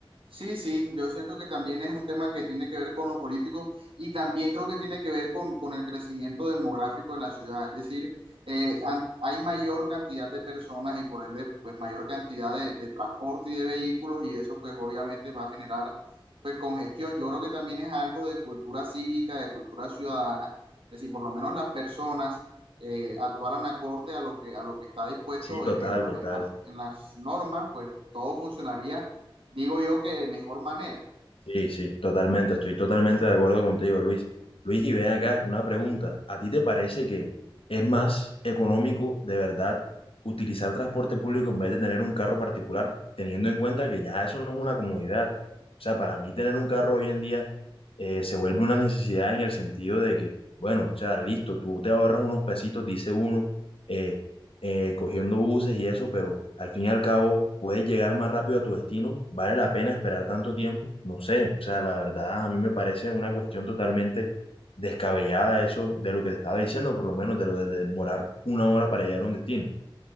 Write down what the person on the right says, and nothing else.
Sí, sí, yo siento que también es un tema que tiene que ver con lo político y también creo que tiene que ver con, con el crecimiento demográfico de la ciudad. Es decir, eh, an- hay mayor cantidad de personas y por ende, pues mayor cantidad de, de transporte y de vehículos y eso pues obviamente va a generar pues congestión. Yo creo que también es algo de cultura cívica, de cultura ciudadana. Es decir, por lo menos las personas eh, actuaran acorde a lo que, a lo que está dispuesto
en, en- la-
en las en las normas, pues todo funcionaría digo yo que de mejor manera.